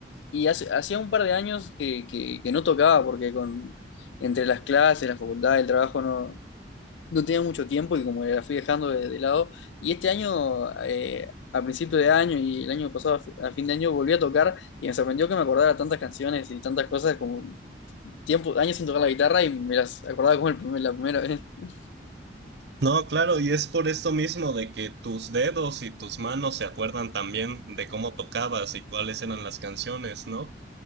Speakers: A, on the left; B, on the right.
A: y hace- hacía un par de años que, que- que no tocaba porque con, entre las clases, la facultad, el trabajo no, no tenía mucho tiempo y como que la fui dejando de, de lado. Y este año, eh, a principio de año y el año pasado a, fi- a fin de año, volví a tocar y me sorprendió que me acordara tantas canciones y tantas cosas como tiempo, años sin tocar la guitarra y me las acordaba como el primer- la primera vez. <laughs>
B: No, claro, y es por esto mismo de que tus dedos y tus manos se acuerdan también de cómo tocabas y cuáles eran las canciones, ¿no?